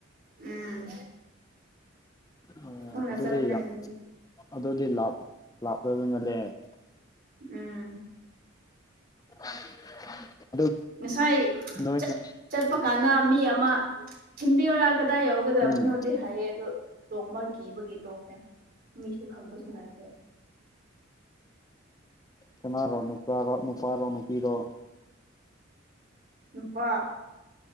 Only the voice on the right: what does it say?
ꯎꯝ
ꯈꯣꯡꯅ
ꯆꯞꯄꯅꯦ
ꯑꯩꯀꯤꯗꯤ
ꯎꯝ
ꯉꯁꯥꯏ
ꯆꯠ ꯆꯠꯄ ꯀꯥꯟꯗ ꯃꯤ ꯑꯃꯥ ꯊꯤꯟꯕꯤꯌꯣꯔ ꯀꯗꯥꯏ ꯌꯧꯒꯗꯕꯅꯣꯗꯤ
ꯍꯥꯏꯌꯦ ꯑꯗꯣ ꯇꯣꯡꯕ ꯀꯤꯕꯒꯤ ꯇꯣꯛꯈꯔꯦ ꯃꯤꯁꯨ ꯈꯪꯕꯁꯨ ꯅꯠꯇꯦ
ꯅꯨꯄꯥ